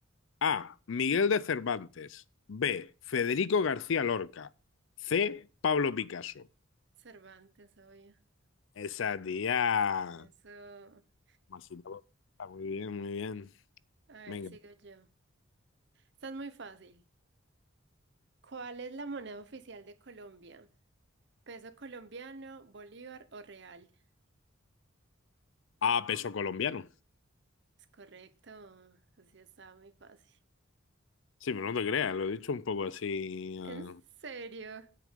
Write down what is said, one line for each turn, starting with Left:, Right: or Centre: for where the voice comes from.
Left: A, Miguel de Cervantes. B, Federico García Lorca. C, Pablo Picasso.
Right: Cervantes, obvio.
Left: Esa tía.
Right: Eso. <laughs>
Left: Masita, Está muy bien, muy bien.
Right: A ver,
Left: Venga.
Right: sigo yo. Está muy fácil. ¿Cuál es la moneda oficial de Colombia? ¿Peso colombiano, bolívar o real?
Left: A, peso colombiano.
Right: Es correcto. Así estaba muy fácil.
Left: Sí, pero no te creas, lo he dicho un poco así. eh,
Right: ¿En serio?